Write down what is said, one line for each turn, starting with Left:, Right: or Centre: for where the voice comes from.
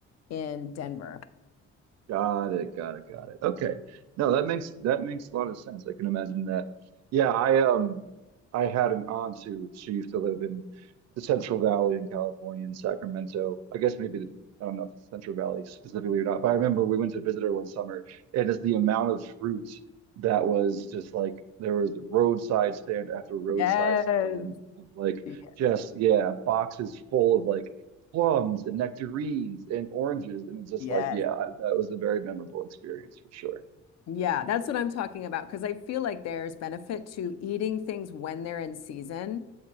Left: in Denver.
Right: Got it, got it, got it. Okay. No, that makes that makes a lot of sense. I can imagine that. Yeah, I um I had an aunt who she used to live in the Central Valley in California in Sacramento. I guess maybe the, I don't know if it's Central Valley specifically or not, but I remember we went to visit her one summer and it's the amount of fruit that was just like there was roadside stand after roadside
Left: Yes.
Right: stand and of like
Left: Y-
Right: just yeah, boxes full of like plums and nectarines and oranges. And it's just
Left: Yes.
Right: like, yeah, that was a very memorable experience for sure.
Left: Yeah, that's what I'm talking about because I feel like there's benefit to eating things when they're in season